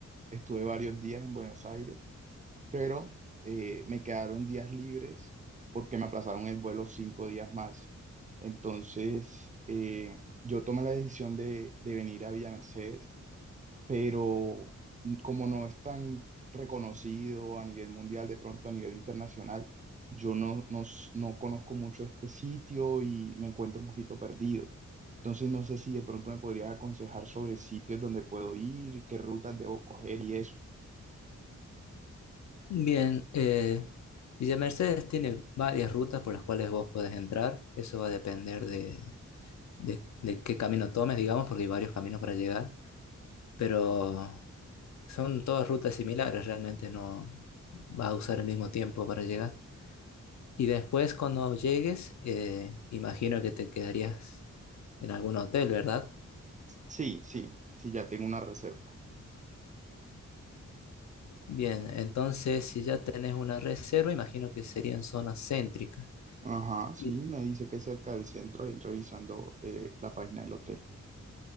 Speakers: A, on the right; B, on the left.
A: estuve varios días en Buenos Aires, pero eh, me quedaron días libres porque me aplazaron el vuelo cinco días más. Entonces, eh, yo tomé la decisión de, de venir a Villa Mercedes pero como no es tan reconocido a nivel mundial, de pronto a nivel internacional, yo no, no, s- no conozco mucho este sitio y me encuentro un poquito perdido. Entonces no sé si de pronto me podrías aconsejar sobre sitios donde puedo ir, qué rutas debo coger y eso.
B: Bien, eh, Villa Mercedes tiene varias rutas por las cuales vos podés entrar. Eso va a depender de, de- de qué camino tomes, digamos, porque hay varios caminos para llegar. Pero son todas rutas similares, realmente no vas a usar el mismo tiempo para llegar. Y después cuando llegues, eh, imagino que te quedarías en algún hotel, ¿verdad?
A: Sí, sí, sí, ya tengo una reserva.
B: Bien, entonces si ya tenés una reserva, imagino que sería en zona céntrica.
A: Ajá, sí,
B: Y-
A: me dice que es cerca del centro y revisando eh, la página del hotel.